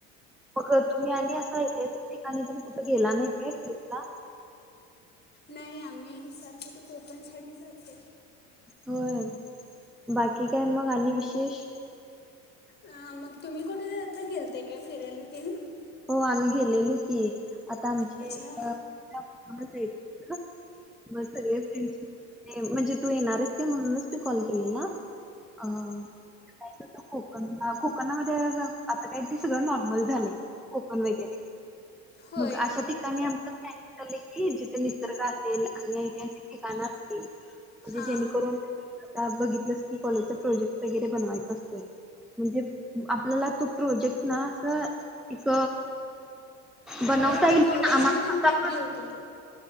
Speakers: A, in the centre; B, on the left.
A: मग तुम्ही आणि असा ऐतिहासिक ठिकाणी तेन कुठे गेला नाही काय ट्रीपला
B: नाही आम्ही नेहमी सारखं ते कोकण साइड ही जाते
A: होय बाकी काय मग आणि विशेष
B: अं, मग तुम्ही कुठे आता गेलते काय फिरायला तेन
A: हो आम्ही गेलेलो की आता आमचे
B: अच्छा
A: अ <inaudible> मग सगळे फ्रेंड म्हणजे तू येणार असते म्हणूनच मी कॉल केलेला अ जायचं होतं कोकणला कोकणामध्ये आता काय ते सगळं नॉर्मल झालंय कोकण वेगेरे
B: होय
A: मग अशा ठिक काणी आमचं प्लॅनिंग चाललंय की जिथे निसर्ग असेल आणि ऐतिहासिक ठिकाणं असतील म्हणजे
B: हां
A: जेणेकरून आता बघितलंस की कॉलेजचा प्रोजेक्ट वगैरे बनवायचा असतोय म्हणजे आपल्याला तो प्रोजेक्ट ना असं एक
B: मला
A: बनवता येईल
B: कॉलेजमधून
A: पण आम्हाला
B: ट्रिप गेलती